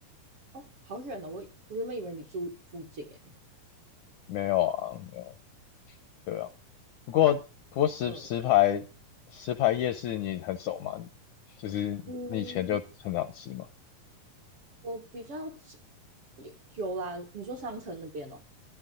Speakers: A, on the right (about 50°); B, on the left (about 75°).
A: 哦，好远哦！我我原本以为你住附近诶。
B: 没有啊，没有，对啊。不过不过石石牌石牌夜市你很熟吗？
A: 嗯
B: 就是你以前就很常吃嘛。
A: 嗯，我比较有有啦。你说商城那边哦，